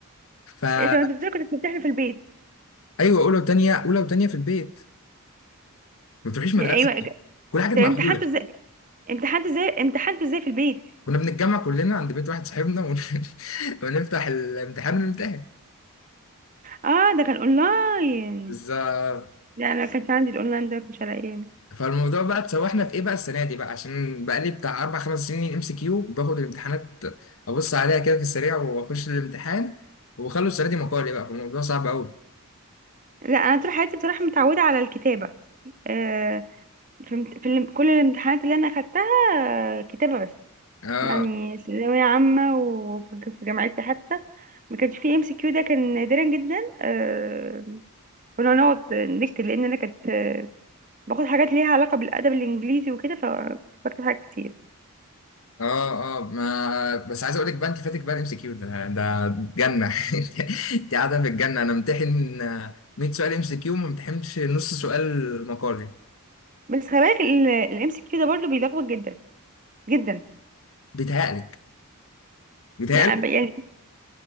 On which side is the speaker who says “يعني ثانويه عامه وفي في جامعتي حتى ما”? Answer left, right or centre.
Right